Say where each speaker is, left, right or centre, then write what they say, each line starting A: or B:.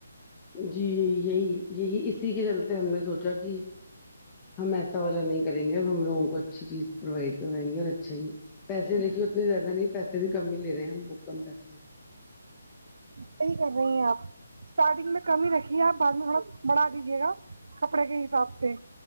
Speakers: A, on the left (about 20°); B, on the right (about 70°).
A: جی یہی یہی یہی اسی کے چلتے ہم نے سونچا کہ ہم ایسا والا نہیں کریں گے اور ہم لوگوں کو اچھی چیز پرووائڈ کروائیں گے اور اچھا ہی پیسے دیکھیے اتنے زیادہ نہیں پیسے بھی کم ہی لے رہے ہیں ہم بہت کم پیسے ہیں
B: صحیح کر رہی ہیں آپ اسٹارٹنگ میں کم ہی رکھیے آپ بعد میں تھوڑا بڑھا دیجیے گا کپڑے کے حساب سے